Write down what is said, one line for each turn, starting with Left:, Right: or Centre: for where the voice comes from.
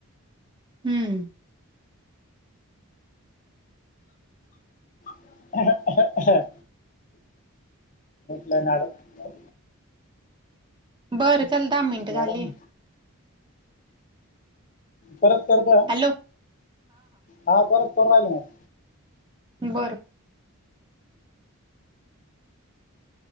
Right: हम्म
Left: ते ना मॅडम
Right: बरं चल दहा मिनट
Left: मॅडम
Right: झाली
Left: परत करत
Right: हॅलो
Left: हा परत करून राहिला मॅडम
Right: बरं